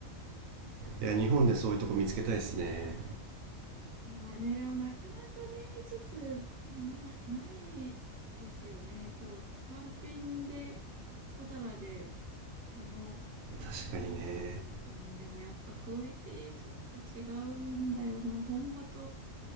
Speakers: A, on the right (about 75°); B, on the right (about 55°).
A: いや日本でそういうとこ見つけたいですね
B: まあね、でもなかなかね、ちょっとな、ないですよね。こう、単品で小皿で頼
A: 確かにね
B: のところ、うん、でもやっぱクオリティちょっと違うんだよな、本場と。